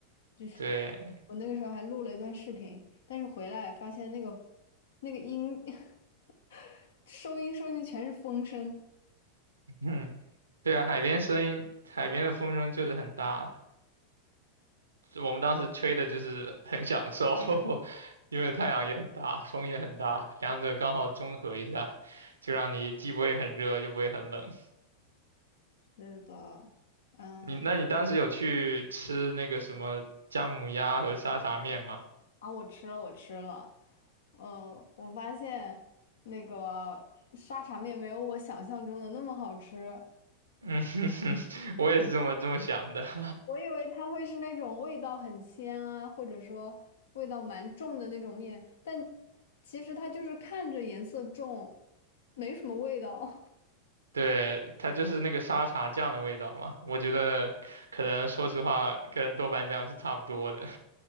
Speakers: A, on the left (about 60°); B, on the right (about 75°).
A: 就是
B: 对，
A: <laughs> 我那个时候还录了一段视频，但是回来发现那个那个音 <laughs> 收音收进去全是风声。
B: 嗯，对啊，海边声音，海边的风声就是很大。我们当时吹的就是很享受，<laughs> 因为太阳也很大，风也很大，两者刚好中和一下，就让你既不会很热，又不会很冷。
A: 是的，嗯，
B: 你那你当时有去吃那个什么姜母鸭和沙茶面吗？
A: 啊，我吃了，我吃了，呃，我发现那个沙茶面没有我想象中的那么好吃。
B: 嗯，<laughs> 我也是这么这么想的。<laughs>
A: 我以为它会是那种味道很鲜啊，或者说味道蛮重的那种面，但其实它就是看着颜色重，没什么味道。
B: 对，它就是那个沙茶酱的味道嘛，我觉得可能说实话跟豆瓣酱是差不多的。